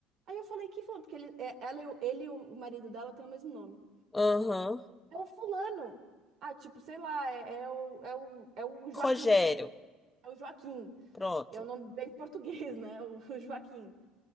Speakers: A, on the right; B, on the left.
A: Aí eu falei, que fulano? Porque ele, é- ela, e o- ele e o marido dela têm o mesmo nome.
B: Uhum.
A: É o fulano. Ah, tipo, sei lá, é, é o, é o, é o
B: Rogério,
A: Joaquim, entendeu? É o Joaquim.
B: pronto.
A: É um nome bem <laughs> português, né? O <laughs> Joaquim.